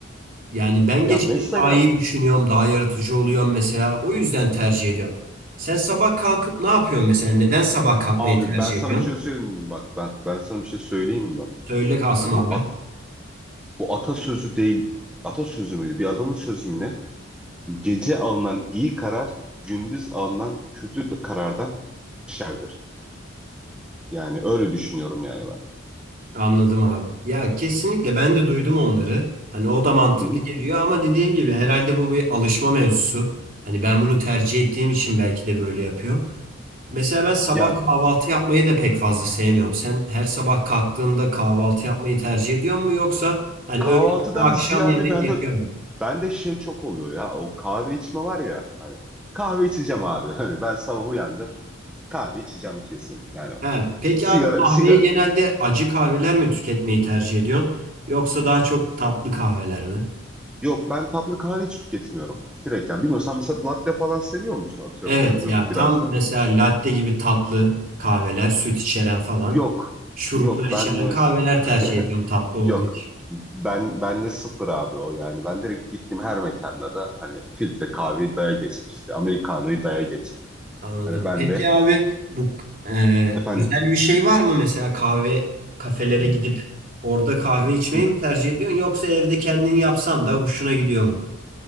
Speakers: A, on the right; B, in the centre.
A: Yani ben
B: Ya
A: geceleri
B: mesela
A: daha iyi düşünüyorum, daha yaratıcı oluyorum mesela. O yüzden tercih ediyorum. Sen sabah kalkıp ne yapıyorsun mesela?
B: <clears throat>
A: Neden sabah kalkmayı
B: Abi
A: tercih
B: ben sana
A: ediyorsun?
B: bir şey söyleyeyim mi bak ben ben sana bir şey söyleyeyim mi bak
A: Söyle Kasım
B: Yani
A: abi.
B: bu at, bu atasözü değil atasözü müydü bir adamın sözü mü ne Gece alınan iyi karar, gündüz alınan kötü d- karardan şerdir. Yani öyle düşünüyorum yani ben.
A: Anladım abi. Ya kesinlikle ben de duydum onları. Hani o da mantıklı
B: Hı hı.
A: geliyor ama dediğim gibi herhalde bu bir alışma mevzusu. Hani ben bunu tercih ettiğim için belki de böyle yapıyorum. Mesela ben sabah
B: Ya
A: kahvaltı yapmayı da pek fazla sevmiyorum. Sen her sabah kalktığında kahvaltı yapmayı tercih ediyor mu yoksa hani
B: kahvaltıdan
A: öğle ve akşam
B: ziyade
A: yemek
B: bende
A: yetiyor mu?
B: bende şey çok oluyor ya. O kahve içme var ya hani kahve içeceğim abi. <laughs> Hani ben sabah uyandım. Kahve içeceğim kesin. Yani
A: He, peki
B: sigara
A: abi kahveyi
B: sigara
A: genelde acı kahveler mi tüketmeyi tercih ediyorsun yoksa daha çok tatlı kahveler mi?
B: yok ben tatlı kahve hiç tüketmiyorum. Direkt yani bilmiyorum sen mesela latte falan seviyor musun atıyorum
A: Evet
B: hani böyle
A: ya
B: biraz
A: tam
B: da.
A: mesela latte gibi tatlı kahveler, süt içeren falan,
B: Yok.
A: şuruplar
B: Yok
A: içeren
B: ben de mesela
A: kahveler
B: <laughs>
A: tercih ediyorum tatlı olduğu
B: yok.
A: için.
B: Ben ben de sıfır abi o yani. Ben direkt gittim her mekanda da hani filtre kahveyi daya geç işte. Americano'yu daya geç.
A: Anladım.
B: Hani ben
A: Peki
B: de
A: abi bu e,
B: efendim.
A: özel bir şey var mı mesela kahve kafelere gidip orada kahve içmeyi
B: Hı.
A: mi tercih ediyorsun yoksa evde kendin yapsan da hoşuna gidiyor mu?